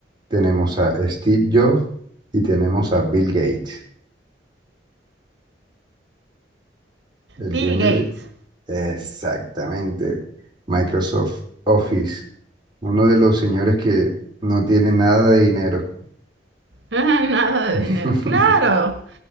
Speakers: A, on the right (about 25°); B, on the right (about 75°).
A: tenemos a Steve Jobs y tenemos a Bill Gates, el
B: Bill
A: dueño
B: Gates.
A: Exactamente. Microsoft Office. Uno de los señores que no tiene nada de dinero.
B: Ah, Nada
A: <laughs>
B: de dinero. Claro,